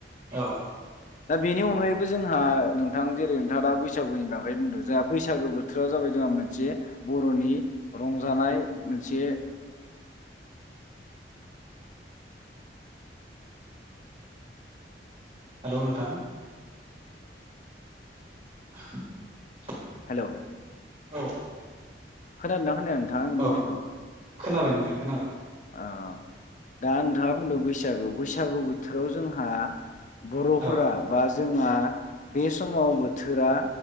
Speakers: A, on the right (about 30°); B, on the left (about 45°).
A: औ
B: दा बेनि अनगायैबो जोंहा नोंथां जेरै नोंथाङा दा बैसागुनि बागै बुंदों जोंहा बैसागो बोथोरा जाबाय जोंहा मोनसे बर'नि रंजानाय मोनसे
A: हेलौ नोंथां <inaudible>
B: हेलौ
A: औ
B: खोनादोना खोनाया नोंथाङा आंनि
A: औ
B: बुंनायखौ?
A: खोनाबाय नोंथां खोनाबाय
B: औ दा नोंथाङा बुंदों बैसागु बैसागु बोथोराव जोंहा बर'फोरा
A: औ
B: बा जोंहा बे समाव बोथोरा